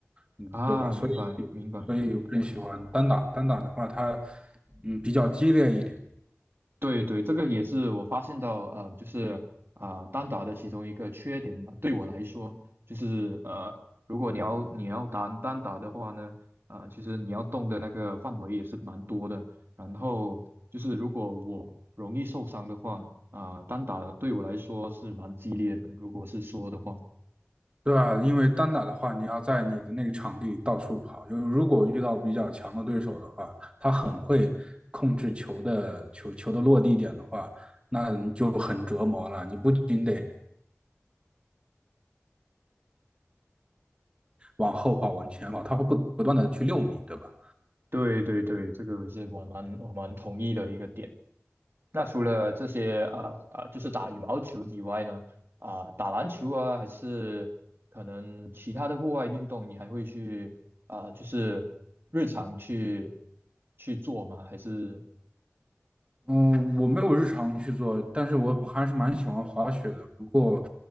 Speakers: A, on the right; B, on the right.
A: 嗯，
B: 啊，
A: 对吧？所以，
B: 明白明白明白。
A: 所以我更喜欢单打。单打的话，它嗯比较激烈一点。
B: 对对，这个也是我发现到，呃，就是啊、呃单打的其中一个缺点吧。对我来说，就是呃，如果你要你要打单打的话呢，啊、其实你要动的那个范围也是蛮多的。然后就是如果我容易受伤的话，啊、单打对我来说是蛮激烈的。如果是说的话，
A: 对吧？因为单打的话，你要在你的那个场地到处跑。就是如果遇到比较强的对手的话，他很会控制球的球球的落地点的话，那你就很折磨了。你不仅得往后跑，往前跑，他会不不断的去遛你，对吧？
B: 对对对，这个也是我蛮我蛮同意的一个点。那除了这些呃呃，就是打羽毛球以外呢，啊、打篮球啊，还是可能其他的户外运动，你还会去啊、呃就是日常去去做吗？还是
A: 嗯，我没有日常去做，但是我还是蛮喜欢滑雪的。不过，